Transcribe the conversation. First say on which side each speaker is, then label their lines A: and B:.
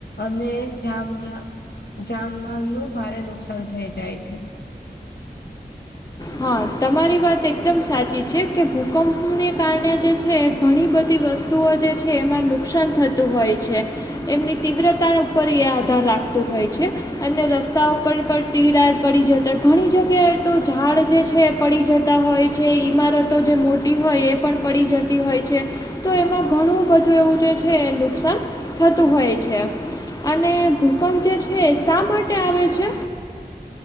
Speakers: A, on the left; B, on the left.
A: અને જામલા જાનમાલ નું ભારે નુકસાન થઈ જાય છે.
B: હા તમારી વાત એકદમ સાચી છે કે ભૂકંપને કારણે જે છે. ઘણી બધી વસ્તુઓ જે છે એમાં નુકસાન થતું હોય છે એમની તીવ્રતા. ઉપ એ આધાર રાખતું હોય. અને ઉપર પણ તીરાડ પડી જતા ઘણી જગ્યાએ તો ઝાડ જે છે એ પડી જતા હોય છે. ઈમારતો જે મોટી હોય એ પણ પડી જતી હોય છે. તો એમાં ઘણું બધું એવું જે છે નુકસાન, થતું હોય છે અને ભૂકંપ જે છે શા માટે આવે છે?